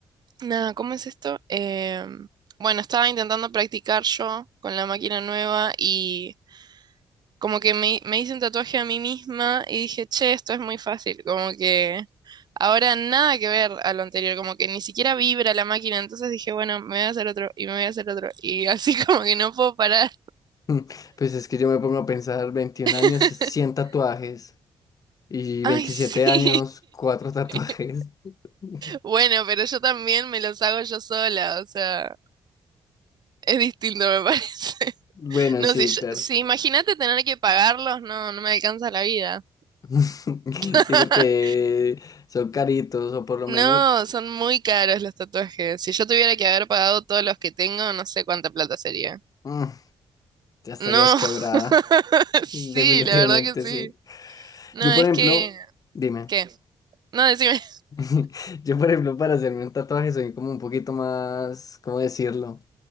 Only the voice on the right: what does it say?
nada, ¿cómo es esto? Em, bueno, estaba intentando practicar yo con la máquina nueva y Como que me, me hice un tatuaje a mí misma y dije, che, esto es muy fácil. Como que ahora nada que ver a lo anterior, como que ni siquiera vibra la máquina. Entonces dije, bueno, me voy a hacer otro y me voy a hacer otro. Y así <laughs> como que no puedo parar.
<laughs>
Ay,
sí.
<laughs>
Bueno, pero yo también me los hago yo sola, o sea, es distinto, me parece. <laughs>
No,
si, yo-
si imagínate tener que pagarlos, no, no me alcanza la vida.
<laughs>
No, son muy caros los tatuajes. Si yo tuviera que haber pagado todos los que tengo, no sé cuánta plata sería.
No,
<laughs> sí,
la verdad que sí.
No,
es
que...
¿Qué? No, decime.